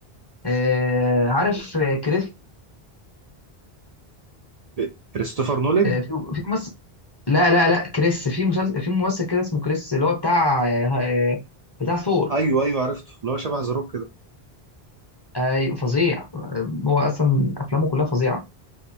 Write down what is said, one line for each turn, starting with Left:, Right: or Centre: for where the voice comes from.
Left: آه عارف آه، كريس
Right: إيه؟ كريستوفر نولان
Left: آه في في ممثل لا لا لا كريس في مسلسل في ممثل كده اسمه كريس اللي هو بتاع آه آه، بتاع ثور
Right: ايوه ايوه عرفته اللي هو شبه ذا
Left: آه فظيع آه، هو اصلا افلامه كلها فظيعه